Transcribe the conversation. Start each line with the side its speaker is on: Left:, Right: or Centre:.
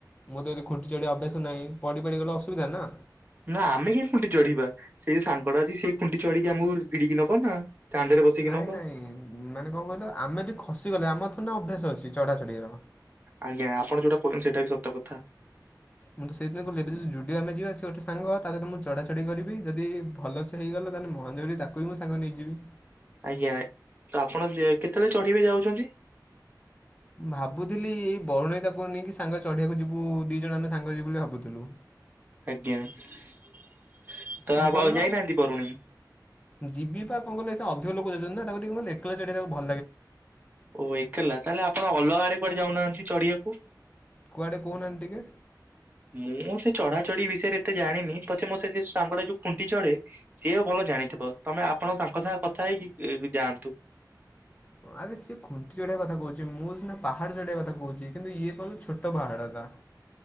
Left: ମୁଁ ତ ଏତେ ଖୁଣ୍ଟିି ଚଢିବା ଅଭ୍ୟାସ ନାହିଁ, ପଡି ପାଡି ଗଲେ ଅସୁବିଧା ନା।
Right: ନା ଆମେ କାହିଁକି ଖୁଣ୍ଟି ଚଢିବା, ସେଇ ସାଙ୍ଗଟା ଅଛି, ସେ ଖୁଣ୍ଟି ଚଢିକି ଆମକୁ ଭିଡିକି ନବ ନା। କାନ୍ଧରେ ବସେଇକି
Left: ନାଇଁ
Right: ନବ
Left: ନାଇଁ ମାନେ କଣ କହିଲ, ଆମେ ଯଦି ଖସିଗଲେ, ଆମ ଥୋଡ଼ି ନା ଅଭ୍ୟାସ ଅଛି ଚଢାଚଢିର।
Right: ଆଜ୍ଞା। ଆପଣ ଯୋଉଟା କହୁଛନ୍ତି ସେଇଟା ବି ସତ କଥା।
Left: ମୁଁ ତ ସେଇଥିପାଇଁ <unintelligible> ଯଦି ଆମେ ଯିବା, ସେ ଗୋଟ ସାଙ୍ଗ ତା ସହିତ ମୁଁ ଚଢା ଚଢ଼ି କରିବି। ଯଦି ଭଲସେ ହେଇଗଲା, ତାହେଲେ ମହେନ୍ଦ୍ରଗିରି ତାକୁ ବି ମୁଁ ସାଙ୍ଗରେ ନେଇଯିବି।
Right: ଆଜ୍ଞା। ତ ଆପଣ କେତେବେଳେ ଚଢିବେ ଯାଉଛନ୍ତି?
Left: ଭାବୁଥିଲି ଏଇ ବରୁଣେଇ ତାକୁ ନେଇକି ସାଙ୍ଗରେ ଚଢ଼ିବାକୁ ଯିବୁ, ଦି ଜଣ ଆମେ ସାଙ୍ଗରେ ଯିବୁ ବୋଲି ଭାବୁଥିଲୁ।
Right: ଆଜ୍ଞା। ତ
Left: କିନ୍ତୁ
Right: ଆପଣ
Left: କଣ କହିଲ
Right: ଆଉ ଯାଇନାହାନ୍ତି ବରୁଣେଇ?
Left: ଯିବି ପା କଣ କହିଲେ, ସେ ଅଧିକ ଲୋକ ଯାଉଛନ୍ତି ନା, ତାକୁ ଟିକେ ମୁଁ ଏ ଏକେଲା ଚଢ଼ିବାକୁ ତାକୁ ଭ
Right: ଓ ଏକଲା, ତାହେଲେ ଆପଣ ଅଲଗା ଆଡେ କୁଆଡେ ଯାଉନାହାନ୍ତି ଚଢିବାକୁ।
Left: କୁଆଡେ କହୁନାହାନ୍ତି ଟିକେ।
Right: ମୁଁ ସେ ଚଢା ଚଢି ବିଷୟରେ ଏତେ ଜାଣିନି, ପଛେ ମୋ ସେ ଯୋଉ ସାଙ୍ଗଟା ଯୋଉ ଖୁଣ୍ଟି ଚଢେ ଯିଏ ଭଲ ଜାଣିଥିବ, ତମେ ଆପଣ ତାଙ୍କ ସାଙ୍ଗେ କଥା ହେଇକି ଯାଆନ୍ତୁ।
Left: ହଁ ଆରେ ସିଏ ଖୁଣ୍ଟି ଚଢିବା କଥା କହୁଚି। ମୁଁ ସିନା ପାହାଡ ଚଢିବା କଥା କହୁଚି। କିନ୍ତୁ ଇଏ କଣ ଛୋ। <unintelligible>